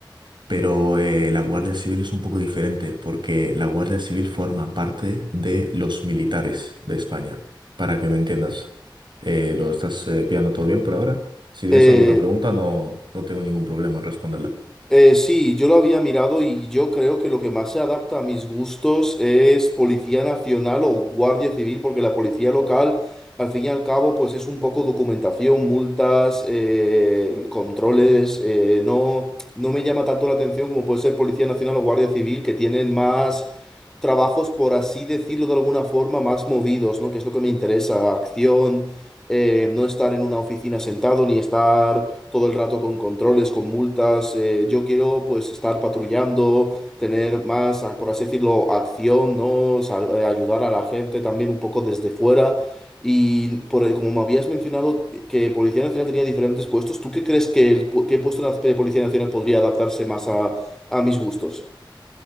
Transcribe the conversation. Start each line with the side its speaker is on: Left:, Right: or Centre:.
Right: pero eh, la Guardia Civil es un poco diferente porque la Guardia Civil forma parte de los militares de España. Para que me entiendas, Eh, ¿lo estás eh, pillando todo bien por ahora? Si tienes
Centre: eh,
Right: alguna pregunta, no, no tengo ningún problema en responderla.
Centre: eh, sí, yo lo había mirado y yo creo que lo que más se adapta a mis gustos es Policía Nacional o Guardia Civil, porque la policía local, al fin y al cabo, pues es un poco documentación, multas, eh, controles, eh, no, no me llama tanto la atención como puede ser Policía Nacional o Guardia Civil, que tienen más trabajos, por así decirlo de alguna forma, más movidos, ¿no? Que es lo que me interesa, acción, eh, no estar en una oficina sentado, ni estar todo el rato con controles, con multas. eh, yo quiero, pues, estar patrullando, tener más, a- por así decirlo, acción, ¿no? Sal- eh, ayudar a la gente también un poco desde fuera. Y por, como me habías mencionado que Policía Nacional tenía diferentes puestos, ¿tú qué crees que el, pu- qué puesto de la Policía Nacional podría adaptarse más a, a mis gustos?